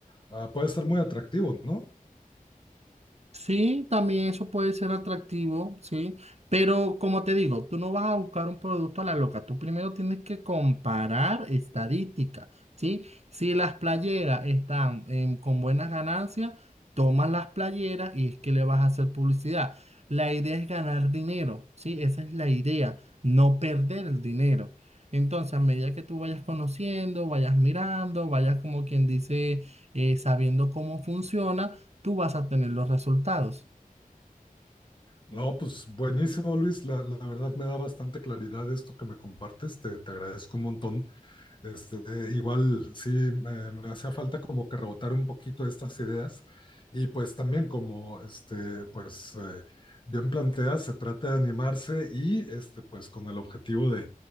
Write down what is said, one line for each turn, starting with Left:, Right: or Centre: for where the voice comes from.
Left: ah, puede ser muy atractivo, ¿no?
Right: Sí, también eso puede ser atractivo, sí, pero como te digo, tú no vas a buscar un producto a la loca, tú primero tienes que comparar estadísticas, ¿sí? Si las playeras están em, con buenas ganancias, tomas las playeras y es que le vas a hacer publicidad. La idea es ganar dinero, ¿sí? Esa es la idea, no perder el dinero. Entonces, a medida que tú vayas conociendo, vayas mirando, vayas como quien dice, eh, sabiendo cómo funciona, tú vas a tener los resultados.
Left: No, pues buenísimo, Luis. La, la verdad me da bastante claridad esto que me compartes. Te, te agradezco un montón. Este, igual sí, me, me hacía falta como que rebotar un poquito estas ideas. Y pues también como, este, pues eh, bien planteas, se trata de animarse y este, pues con el objetivo de,